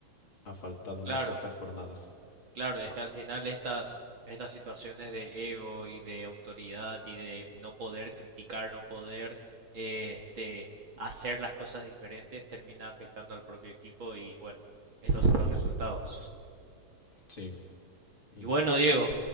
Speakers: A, on the left (about 40°); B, on the right (about 45°).
A: A falta de unas
B: Claro,
A: pocas jornadas.
B: claro,
A: Claro.
B: y es que al final estas, estas situaciones de ego y de autoridad y de no poder criticar, no poder eh, este, hacer las cosas diferentes, termina afectando al propio equipo y bueno, estos son los resultados.
A: Sí. Y
B: Y bueno, Diego.